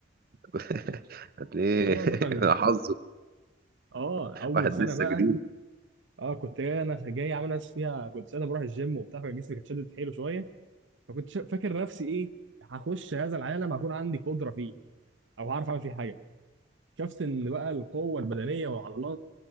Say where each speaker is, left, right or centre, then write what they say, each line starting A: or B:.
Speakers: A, on the right; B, on the right.
A: <laughs> هتلاقيه
B: والله
A: <laughs>
B: ده كان
A: حظك
B: اه اول
A: واحد
B: سنه
A: لسه
B: بقى
A: جديد
B: اه كنت جاي انا جاي عامل نفسي فيها كنت ساعتها بروح الجيم وبتاع فجسمي كان شادد حيله شويه فكنت شا- فاكر نفسي ايه هخش هذا العالم هكون عندي قدره فيه او هعرف اعمل فيه حاجه شفت اللي بقى القوه البدنيه والعضلات